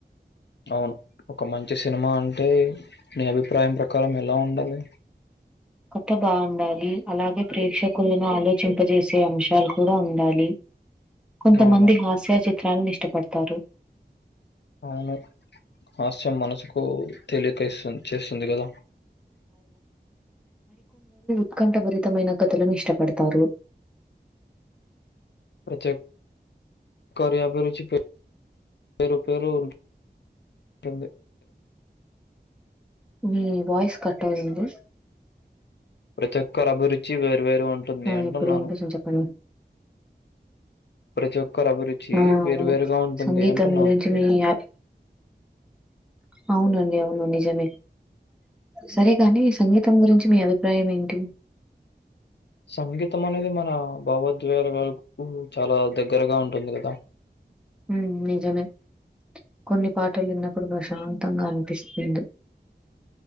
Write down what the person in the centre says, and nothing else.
కథ బాగుండాలి అలాగే ప్రేక్షకులను ఆలోచింపజేసే అంశాలు కూడా ఉండాలి కొంతమంది
హాస్య
చిత్రాలను ఇష్టపడతారు
ఊకంఠభరితమైన కథలను ఇష్టపడతారు
మీ వాయిస్ కట్ అవుతుంది
ఆ
ఇప్పుడు వినిపిస్తుంది చెప్పండి.
ఆ
అవును.
సంగీతం
గురించి మీ అ- అవునండి అవును నిజమే సరే గాని సంగీతం గురించి మీ అభిప్రాయం ఏంటి
ఉ నిజమే కొన్ని పాటలు విన్నప్పుడు ప్రశాంతంగా అనిపిస్తుంది